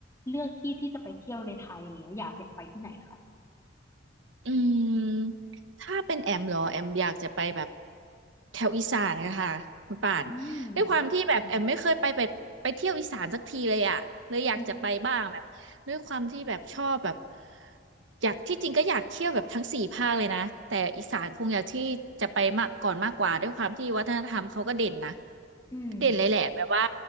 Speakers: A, on the left; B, on the right.
A: เลือกที่ที่จะไปเที่ยวในไทยเลยอยากอยากไปที่ไหนคะ
B: อืมถ้าเป็นแอมเหรอแอมอยากจะไปแบบแถวอีสานค่ะค่ะคุณป่านด้วยความที่แบบแอมไม่เคยไปแบบไปเที่ยวอีสานสักทีเลยอ่ะเลยอยากจะไปบ้างแบบด้วยความที่แบบชอบแบบ
A: อืมอือฮึ
B: อยากที่จริงก็อยากเที่ยวแบบทั้งสี่ภาคเลยนะแต่อีสานคงอยากที่จะไปมากก่อนมากกว่าด้วยความที่วัฒนธรรมเขาก็เด่นนะ
A: อืม
B: เด่นเลยแหละแบบว่า